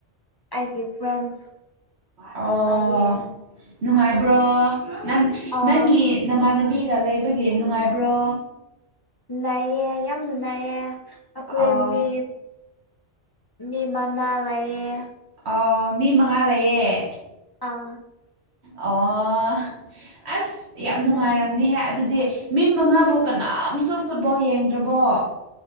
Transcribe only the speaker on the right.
ꯑꯣ
ꯅꯨꯡꯉꯥꯏꯕ꯭ꯔꯣ ꯅꯪ
ꯅꯪꯒꯤ ꯅꯃꯥꯟꯅꯕꯤꯒ ꯂꯩꯕꯒꯤ ꯅꯨꯡꯉꯥꯏꯕ꯭ꯔꯣ
ꯑꯣ
ꯑ ꯃꯤ ꯃꯉꯥ ꯂꯩꯌꯦꯦ
ꯑꯣ ꯑꯁ ꯌꯥꯝ ꯅꯨꯡꯉꯥꯏꯔ
ꯍꯥꯏ ꯑꯗꯨꯗꯤ ꯃꯤ ꯃꯉꯥꯕꯨ ꯀꯅꯥꯝꯁꯨ ꯐꯨꯠꯕꯣꯜ ꯌꯦꯡꯗ꯭ꯔꯕꯣ